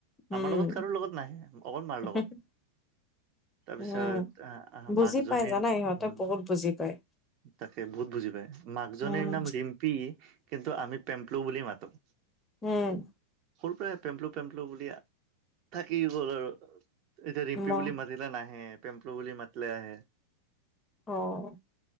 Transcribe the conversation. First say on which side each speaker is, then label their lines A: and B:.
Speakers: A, on the left (about 20°); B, on the right (about 40°).
A: উম
B: আমাৰ লগত কাৰো লগত নাই, অকল মাৰ লগত।
A: <unintelligible>
B: তাৰপিছত
A: উম'
B: আহ
A: বুজি
B: মাকজনীৰ
A: পাই জানা ইহঁতে
B: উম
A: বহুত বুজি পায়।
B: তাকে বহুত বুজি পায় মাকজনীৰ
A: উম
B: নাম ৰিম- পি কিন্তু আমি পেম্প্লো বুলি মাতো।
A: উম
B: সৰু পৰাই পেম্প্লু পেম্পলু বুলি থাকি গ'ল আৰু এতিয়া ৰিম্পি
A: মই
B: বুলি মাত- মাতিলে নাহে পেম্পলো বুলি মাতিলে আহে।
A: অহ